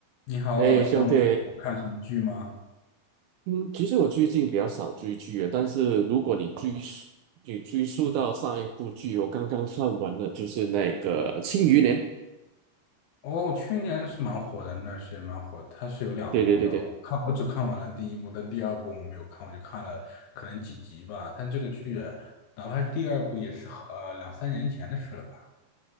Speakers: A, on the left (about 85°); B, on the right (about 85°).
A: 你好，
B: 哎，
A: 老兄，
B: 兄弟，
A: 最近有看什么剧吗？
B: 嗯，其实我最近比较少追剧了，但是如果你追溯，你追溯到上一部剧，我刚刚看完了，就是那个《庆余年》。
A: 哦，去年是蛮火的，那段时间蛮火的。它是有两部的，
B: 对对对对，
A: 我看我只看完了第一部，但第二部我没有看，我就看了可能几集吧。但这个剧，哪怕是第二部，也是呃两三年前的事了吧。